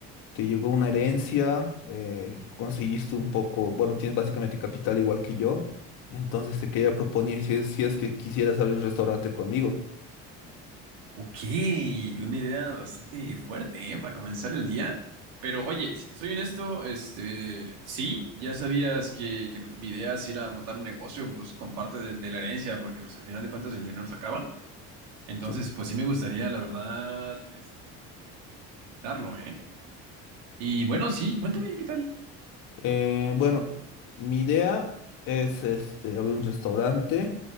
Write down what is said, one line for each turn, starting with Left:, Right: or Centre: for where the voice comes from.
Left: te llegó una herencia, eh, conseguiste un poco, bueno, tienes básicamente capital igual que yo, entonces te quería proponer si es, si es que quisieras abrir un restaurante conmigo.
Right: Ok, una idea bastante fuerte, ¿eh? Para comenzar el día. Pero oye, si te soy honesto, este, sí, ya sabías que, que pues mi idea es ir a montar un negocio, pues con parte del- de, la herencia, porque pues al final de cuentas el dinero se acaba. Entonces,
Left: Sí.
Right: pues sí me gustaría, la verdad, este, eh, aumentarlo, ¿eh? Y bueno, sí, cuéntame, ¿qué tal?
Left: Eh, bueno, mi idea es este, abrir un restaurante,